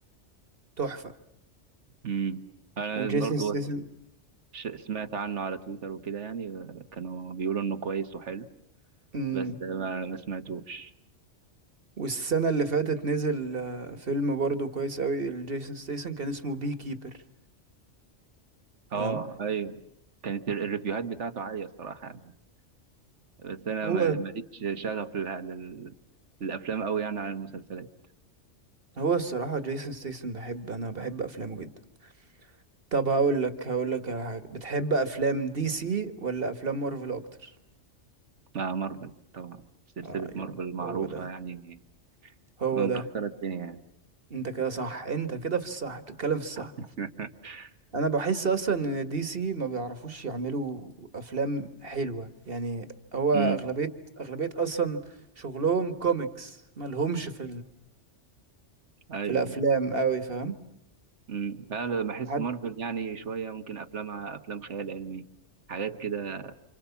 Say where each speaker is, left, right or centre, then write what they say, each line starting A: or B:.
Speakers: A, on the right; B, on the right.
A: تحفه
B: امم أنا
A: وجيسون
B: برضو
A: حلو ستيسن
B: ش- سمعت عنه على تويتر وكده يعني آه، كانوا بيقولوا إنه كويس وحلو
A: قول
B: بس ما ما سمعتوش
A: والسنة اللي فاتت نزل آه، فيلم برضه كويس قوي لجيسون ستيسن كان اسمه بي كيبر فاهم
B: أه أيوه كانت ال- الريفيوهات بتاعته عالية الصراحة يعني بس أنا
A: هو
B: ما- ماليش شغف لل- لل- للأفلام أوي يعني عن المسلسلات
A: هو الصراحة جيسون ستيسن بحب أنا بحب أفلامه جدا طب هقول لك هقول لك على حاجة بتحب أفلام دي سي ولا أفلام مارفل أكتر
B: لا مارفل طبعا سلسلة
A: أيوه
B: مارفل معروفة
A: هو ده
B: يعني
A: هو
B: مكسرة
A: ده
B: الدنيا يعني
A: أنت كده صح أنت كده في الصح بتتكلم في الصح
B: <laughs>
A: أنا بحس أصلا إن دي سي ما بيعرفوش يعملوا أفلام حلوة يعني هو أغلبية
B: امم
A: أغلبية أصلا شغلهم كوميكس ملهمش في
B: ايوه
A: في الافلام قوي فاهم
B: امم لا أنا بحس
A: حد
B: مارفل يعني شوية ممكن افلامها افلام خيال علمي حاجات كده